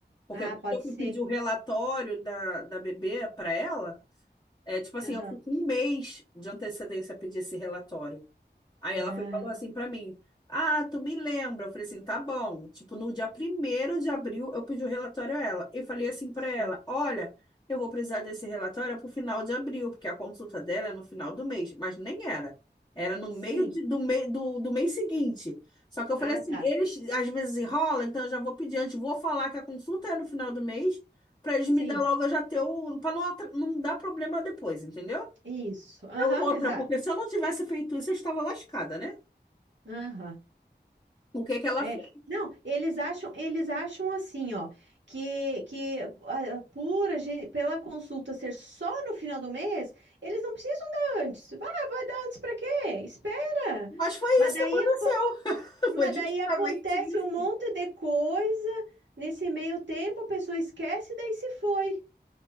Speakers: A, on the left; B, on the right.
A: Porque
B: ah,
A: quando
B: pode
A: eu fui
B: ser.
A: pedir o relatório da, da bebê pra ela, é tipo assim,
B: Aham.
A: eu fui com um mês de antecedência pedir esse relatório. Aí
B: Ah,
A: ela foi, e falou assim pra mim: Ah, tu me lembra? Eu falei assim: tá bom. Tipo, no dia primeiro de abril, eu pedi o relatório a ela. E falei assim pra
B: sim,
A: ela: Olha, eu vou precisar desse relatório pro final de abril, porque a consulta dela é no final do mês. Mas nem era. Era no meio
B: sim.
A: de- do, mei- do, do mês seguinte. Só que eu falei
B: Ah,
A: assim:
B: tá.
A: eles às vezes enrolam, então eu já vou pedir antes, vou falar que a consulta é no final do mês. Pra eles
B: Sim,
A: me dar logo, eu já ter o. Pra não, atra- não dar problema depois, entendeu?
B: isso. Aham,
A: Outra,
B: exato.
A: porque se eu não tivesse feito isso, eu estava lascada, né?
B: Aham.
A: O que que ela
B: É,
A: fez?
B: não, eles acham, eles acham assim, ó, que, que ah, por a gente, pela consulta ser só no final do mês, eles não precisam dar antes. Vai, vai dar antes para quê? Espera.
A: Mas foi
B: Mas
A: isso
B: daí,
A: que aconteceu.
B: aco-
A: <laughs>
B: mas
A: Foi justamente
B: daí acontece
A: isso.
B: um monte de coisa nesse meio tempo, a pessoa esquece e daí se foi.